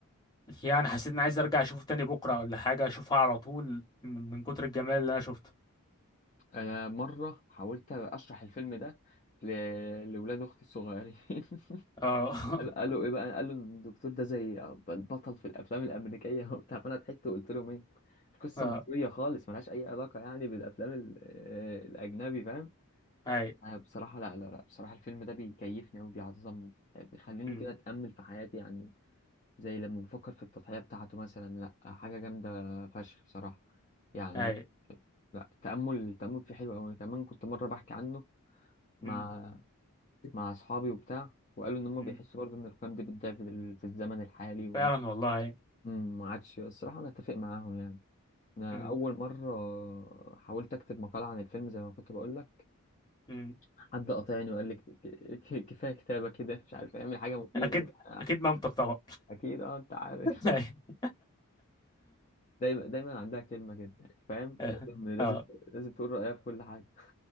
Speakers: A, on the left; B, on the left.
A: يعني حسيت اني عايز ارجع اشوفه تاني بكره ولا حاجه اشوفها على طول من من كتر الجمال اللي انا شفته
B: انا مره حاولت اشرح الفيلم ده ل... لاولاد اختي الصغيرين <laughs>
A: اه
B: قال- قالوا ايه بقى قالوا ان الدكتور ده زي البطل في الافلام الامريكيه <laughs> وبتاع فانا ضحكت وقلت لهم ايه
A: <laughs>
B: قصه
A: اه
B: مصريه خالص ملهاش اي علاقه يعني بالافلام ال... آه، الاجنبي فاهم
A: اي
B: أنا بصراحه لا لا لا بصراحه الفيلم ده بيكيفني وبيعظمني بيخليني
A: أمم،
B: كده اتامل في حياتي يعني زي لما بفكر في التضحيه بتاعته مثلا لا حاجه جامده فشخ بصراحه يعني
A: اي
B: لا التأمل التأمل فيه حلو أوي أنا كمان كنت مرة بحكي عنه مع
A: أمم،
B: مع أصحابي وبتاع وقالوا إن هم
A: أمم.
B: بيحسوا برضه إن القيم دي بتضيع في ال- في الزمن الحالي
A: فعلا والله أي.
B: وما عادش الصراحة أنا أتفق معاهم يعني أنا
A: أمم،
B: أول مرة حاولت أكتب مقالة عن الفيلم زي ما كنت بقول لك
A: أمم.
B: حد قاطعني وقال لي ك- ك- كفاية كتابة كده مش عارف أعمل حاجة مفيدة
A: اكيد
B: وبتاع
A: اكيد منطق طبعا
B: أكيد أه أنت عارف
A: <laughs>
B: <laughs> دايما دايما عندها كلمة كده فاهم
A: أي.
B: لازم لازم
A: <laughs> اه
B: لازم تقول رأيها في كل حاجة